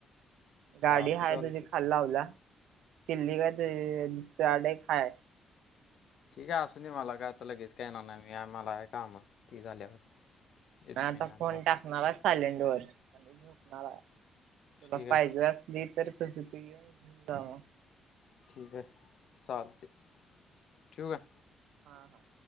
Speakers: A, on the left (about 65°); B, on the right (about 80°).
A: चालते
B: गाडी हाय
A: चालते
B: तिथं खाल् लावला चिल्ली काहीतरी चारे खाय
A: ठीक आहे असूदे मला काय आता लगेच काहीना नाही आम्हाला आहे काम ती झाल्यावर येतो
B: अन आता
A: मी न्यायला
B: फोन
A: वाटल्यास
B: टाकून आला आहे सायलेंट वर झुकणार आहे तुला
A: ठीक आहे
B: पाहिजे असली तर तुझ तू येऊन घेऊन जाव
A: ठीक आहे चालते ठेऊ का
B: हा हा